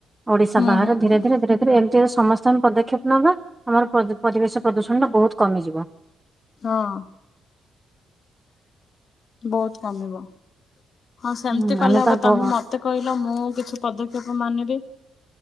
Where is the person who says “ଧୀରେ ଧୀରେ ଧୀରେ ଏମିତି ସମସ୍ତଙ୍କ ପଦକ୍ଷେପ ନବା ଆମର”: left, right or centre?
Right